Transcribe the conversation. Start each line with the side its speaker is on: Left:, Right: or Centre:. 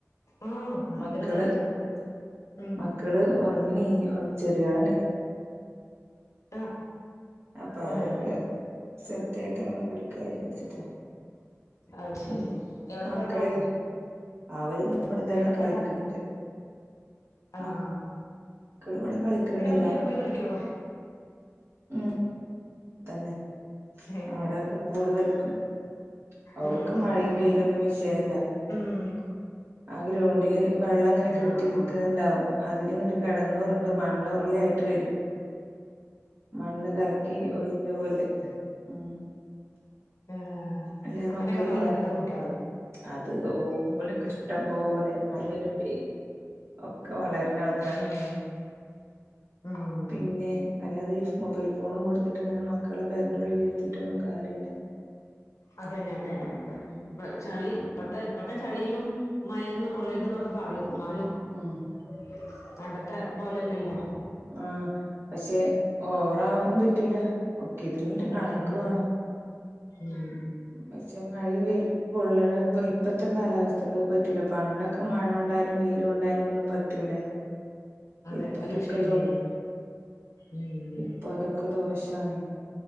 Left: ആഹ് ഭയങ്കര
Right: മക്കള്
Left: മഴെണ് ഉം
Right: മക്കള് ഒറങ്ങിണീ ഒ ചെരാണ്‌
Left: ആഹ്
Right: അപ്പൊ
Left: ഏഹ്
Right: അവരക്ക് സെറ്റായിട്ട് എ ങ്ങനെ കുടിക്കാ വിചാരിച്ചിട്ടാ
Left: അത് ശരി
Right: ഉം
Left: എവിടെ
Right: മക്കളില്ലെ
Left: പോയതാ
Right: അവര് ഇവിടെ തന്നെ
Left: എവിടെ പോയതാ
Right: കളിക്കണ്ട്
Left: ആഹ്
Right: മക്കൾ ഇവിടെ കളിക്കണ്ട്
Left: ഗ്രൗണ്ടിലൊക്കെ പോയി കളിക്കോ
Right: ഉ തന്നെ
Left: ഏഹ്
Right: അവ്ടെ ഫുട്ബോള് കളിക്കും ഓൽക്ക്
Left: ഉം ഉം ഉം
Right: മഴയും വെയിലൊന്നും വിശയല്ല
Left: ഉം ഉം
Right: ആഹ ഗ്രൗണ്ടില് വെള്ളം ഇങ്ങനെ കെട്ടി
Left: ആഹ്
Right: നിക്ക്‌ന്ണ്ടാവും അതില് ഇങ്ങട്ട് കിടന്നുർണ്ട് മണ്ണു ഉറള ആയിട്ട് വരും മണ്ണ് കലക്കി ഒഴിച്ച പോലെ ഉം
Left: ആഹ്
Right: അല്ല
Left: അങ്ങനൊക്കെ
Right: മക്കളില്ലേ
Left: വളരണം കുട്ട്യാള്
Right: അത് ഓ
Left: ഉം
Right: ഓലെക്കെ ഇഷ്ടം പോലെ മണ്ണിലും വെയിലും ഒക്കെ വളര്ന്ന ആൾ
Left: ഉം ഉം
Right: പിന്നെ അല്ലാതെ ഈ മൊബൈൽ ഫോണും കൊടുത്തിട്ട് ഇങ്ങനെ മക്കളെ പെര്ന്റെ ഉള്ളില് ഇരുത്തിട്ടൊന്നും കാര്യല്ല
Left: അതെന്നെ അതെന്നെ
Right: ഉം
Left: മ ചളി പ്പത്തെ ഇപ്പത്തെ ചളിലും മഴൊന്നും കൊള്ളര്ത് ന്നൊക്കെ പറയും ന്നാലും പ
Right: ഉം
Left: പണ്ടത്തെ പോലെല്ലല്ലോ
Right: ആഹ പക്ഷെ ഓവറാവാനും പറ്റൂല ഓക്കെ ഇതിന് ഒരു
Left: പറ്റൂല
Right: കണക്ക്
Left: അതാണ്
Right: വേണം
Left: ഉം
Right: പക്ഷെ മഴയും വെയിലുംക്കെ കൊള്ളണ ഇപ്പ ഇപ്പത്തെ കാലാവസ്ഥക്കെ പറ്റൂല പണ്ടൊ ക്കെ മഴ കൊണ്ടായാലും വെയിലും കൊണ്ടായാലും ഒന്നും പറ്റൂലായിരുന്നു
Left: അതെ
Right: ഇപ്പ
Left: ഒരു
Right: അതൊക്കെ
Left: വിഷയവുംല്ലനെ ഉ
Right: പ്പൊ അതൊക്കെ ദോശാണ്